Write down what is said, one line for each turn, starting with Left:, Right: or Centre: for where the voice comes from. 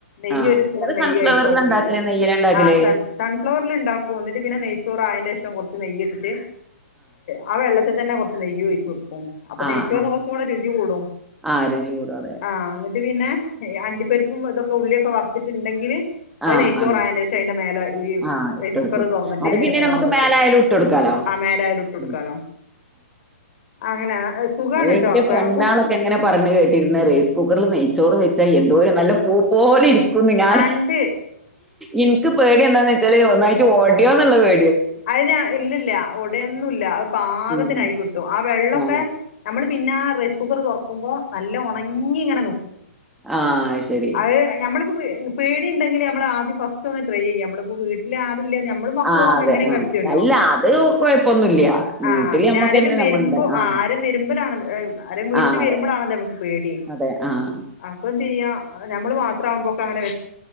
Left: നെയ്യ്
Centre: ആ
Left: ഒരു സ്പൂൺ
Centre: നിങ്ങള്
Left: നെയ്യ്
Centre: സൺഫ്ലവറിലാ
Left: ഒഴിക്കും
Centre: ഉണ്ടാക്കല് നെയ്യിലാ ഉണ്ടാക്കല്
Left: ആ സൺ ഫവറിൽ ഉണ്ടാകും പിന്നെ നെയ്യ് ചോറ് ആ അതിന്റെ ശേഷം കുറച്ച് നെയ്യ്‌ട്ടിട്ട് ആ വെള്ളത്തിൽ തന്നെ കൊറച്ച് നെയ്യും ഒഴിച്ച് കൊടുക്കും അപ്പൊ
Centre: ആ
Left: നെയ്യ്ച്ചോറിന്
Centre: ആ
Left: കുറച്ചും കൂടെ രുചി കൂടും
Centre: ആ രുചി കൂടാതെ
Left: ആഹ എന്നിട്ട് പിന്നെ അണ്ടി പരിപ്പും ബദേ ഉള്ളിയൊക്കെ വറത്തിട്ടുണ്ടെങ്കിൽ അത്
Centre: ആ
Left: നെയ്ച്ചോറ്
Centre: ആ
Left: അയതിൻ ശേഷം അതിന്റെ മേല ഈ
Centre: ആ ഇട്ടെടുക്കും
Left: റൈസ് കുക്കർ തുറന്നിട്ട്
Centre: അത്
Left: അതിന്റെ
Centre: പിന്നെ
Left: മേലെ
Centre: നമുക്ക്
Left: അങ്ങോട്ട് ഇട്ട
Centre: മേലായാലും
Left: കൊടുക്കും
Centre: ഇട്ടെടുക്കാലോ
Left: ആ മേലെ അതിൽ ഇട്ട് കൊടുക്കാലോ
Centre: ഉം
Left: അങ്ങനെ സുഖാണ്
Centre: എൻ്റെ
Left: ട്ടോ അപ്പൊ
Centre: ഫ്രണ്ടാളൊക്കെ എങ്ങനെ പറഞ്ഞ് കേട്ടിന്ന് റൈസ് കുക്കറിൽ നെയ്ചോ ചോറ് വെച്ചാൽ എന്തോ ഒരു നല്ല പൂ പോലെ ഇരിക്കും ഞാൻ
Left: ആ ഇണ്ട്
Centre: എനിക്ക് പേടിയാ എന്ന് ഒന്നായിട്ട് ഓടിയോ എന്നുള്ള വീ
Left: അത് ഞാൻ ഇന്ന് ഇല്ല അവിടെ ഒന്നും ഇല്ല പാകത്തിനായി
Centre: ഉം
Left: കിട്ടും ആ വെള്ളൊക്കെ
Centre: ആഹ്
Left: നമ്മൾ പിന്നെ ആ റൈസ് കുക്കർ തുറക്കുമ്പോ നല്ല ഉണങ്ങി ഇങ്ങനെ നിക്കും
Centre: ആഹ് ശരി.
Left: അത് ഞമ്മളിപ്പോ പേടിണ്ടെങ്കില് ഞമ്മളാദ്യം ഫസ്റ്റ് ഒന്ന് ട്രൈ ചെയ്യും ഞമ്മള്പ്പോ വീട്ട്ലാ ല്ല ഞമ്മളും മക്കളും
Centre: ആഹ്
Left: ആവുമ്പം
Centre: അതെ
Left: എങ്ങനെ
Centre: ആഹ്
Left: ത്ത്യല്ലോ
Centre: അല്ല അത് കൊഴപ്പൊന്നുല്ല
Left: ആ
Centre: വീട്ടില്
Left: പിന്നെ
Centre: നമ്മക്കന്നെ
Left: ആരേലും വെര്മ്പോ
Centre: നമ്മള്ണ്ട് ആഹ്
Left: ആ ആരേം വെര്മ്പാെലാണൽ ഏ ആരേം വീട്ട്ല്
Centre: ആഹ് അതെ
Left: വെര്മ്പളാണല്ലോ നമക്ക് പേടി
Centre: അതെ ആഹ്
Left: അപ്പൊന്തെയ്യാ ഞമ്മള് മാത്രാകുമ്പക്കാ ആ ഞെ